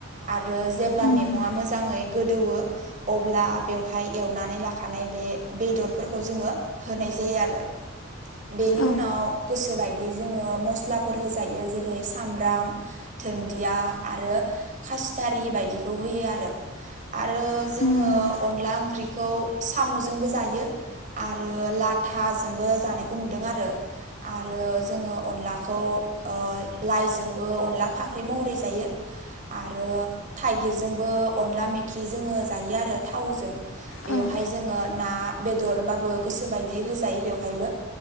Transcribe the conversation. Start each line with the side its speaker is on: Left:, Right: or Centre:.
Right: आरो जेब्ला
Left: उम
Right: मैगङा मोजाङै गोदौवो अब्ला बेवहाय एवनानै लाखानाय बे बेदरफोरखौ जोङो होनाय जायो आरो बेनि
Left: औ
Right: उनाव गोसोबाय जोङो मस्लाफोर होजायो जेरै सामब्राम दुन्दिया आरो खासिदारि बायदिखौ होयो आरो। आरो
Left: उम
Right: जोङो
Left: उम औ उम उम
Right: अनला ओंख्रिखौ साम'जोंबो जायो आरो लाथाजोंबो जानायखौ नुदों आरो आरो जोङो अनलाखौ ओ लाइजोंबो अनला फाख्रि महरै जायो। आरो थाइगिरजोंबो अनला मेखि जोङो जायो आरो थावजों बेवहाय
Left: औ ओं औ ओं
Right: जोङो ना बेदर। बाबो गोसोबायदि होजायो बेवहायबो